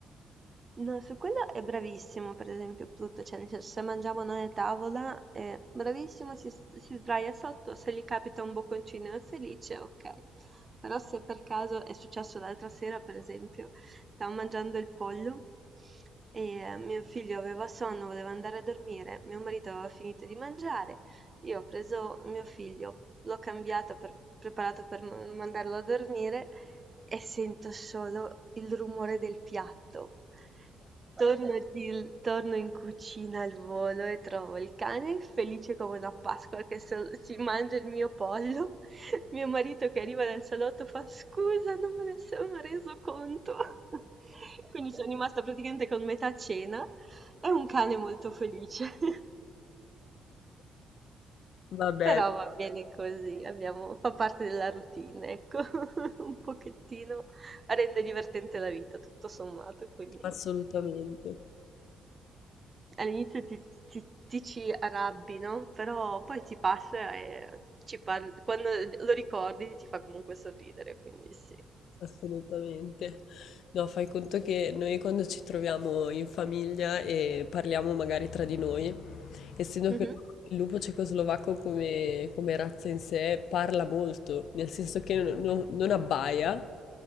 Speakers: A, on the right; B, on the left.
A: No, su quello è bravissimo, per esempio, Pluto, cioè nel senso, se mangiamo noi a tavola è bravissimo, si, si sdraia sotto, se gli capita un bocconcino è felice, ok. Però se per caso è successo l'altra sera, per esempio, stavo mangiando il pollo e eh, mio figlio aveva sonno, voleva andare a dormire, mio marito aveva finito di mangiare, io ho preso mio figlio, l'ho cambiato per preparato per m- mandarlo a dormire e sento solo il rumore del piatto. Torno, di- torno in cucina al volo e trovo il cane felice come una Pasqua che se- si mangia il mio pollo. <laughs> Mio marito che arriva dal salotto fa scusa, non me ne sono reso conto. <laughs> Quindi sono rimasta praticamente con metà cena è un cane molto felice. <laughs>
B: Vabbè,
A: Però va bene così, abbiamo fa parte della routine, ecco. <laughs> Un pochettino rende divertente la vita, tutto sommato, quindi
B: assolutamente.
A: all'inizio ti, ti- ti ci arrabbi, no? Però poi ti passa e ci parli, quando lo ricordi ti fa comunque sorridere, quindi sì.
B: Assolutamente. No, fai conto che noi quando ci troviamo in famiglia e parliamo magari tra di noi, essendo
A: Mhm,
B: che il lupo cecoslovacco come, come razza in sé parla molto, nel senso che non, non- non abbaia,